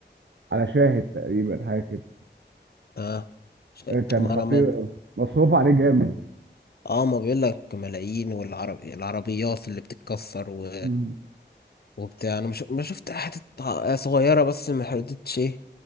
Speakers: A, on the right; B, on the left.
A: على شاهد تقريبا حاجه كده
B: اه ش...
A: كان
B: ما
A: خطير
B: انا ما...
A: أوي. مصروف عليه جامد
B: اه ما بيقول لك ملايين والعربي العربيات اللي بتتكسر و...
A: مم.
B: وبتاع انا مش... ما شفت حتة صغيرة بس ما حددتش ايه